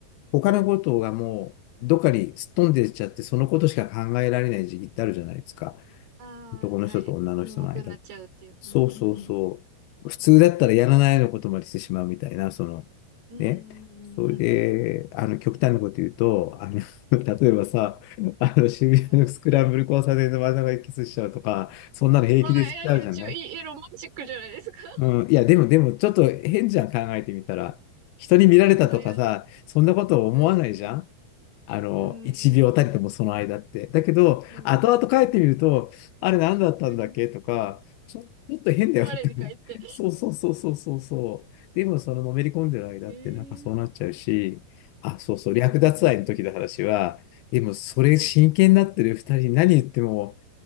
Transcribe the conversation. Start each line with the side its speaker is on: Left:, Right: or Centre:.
Left: 他のことがもう、どっかにすっ飛んでっちゃって、そのことしか考えられない時期ってあるじゃないですか。
Right: はい。ああ、
Left: 男の人と女の人の間って。
Right: はい。盲目になっちゃうっていう。
Left: そうそうそう。
Right: うんうんうん。
Left: 普通だったらやらないようなことまでしてしまうみたいな、その、
Right: うん
Left: ね。それで、
Right: うんうん
Left: あの、極端なこと言うと、あの、<laughs> 例えばさ、
Right: うん。はい。
Left: あの、渋谷のスクランブル交差点の真ん中でキスしちゃうとか、
Right: はい。
Left: そんなの平気でしちゃうじゃない
Right: ああ、いや、一応、いい、ロマンチックじゃないですか。<laughs>
Left: うん、いや、でも、でも、ちょっと変じゃん、考えてみたら。人に見られたとかさ、
Right: 前は、前や
Left: そんなこと思わないじゃん
Right: うん。
Left: あの、
Right: うん。
Left: 一秒たりともその間って。
Right: うん。
Left: だけど、
Right: うん。
Left: 後々帰ってみると、あれ何だったんだっけとか、
Right: うん
Left: ちょ、ちょっと変だよって。
Right: 我に返って。
Left: <laughs> そうそうそうそうそうそう。でも、そののめり込んでる間ってなんかそうなっちゃうし、
Right: ええ
Left: あ、そうそう、
Right: うんうんうんうん。
Left: 略奪愛の時の話は、でも、それ真剣になってる二人に何言っても、
Right: はい。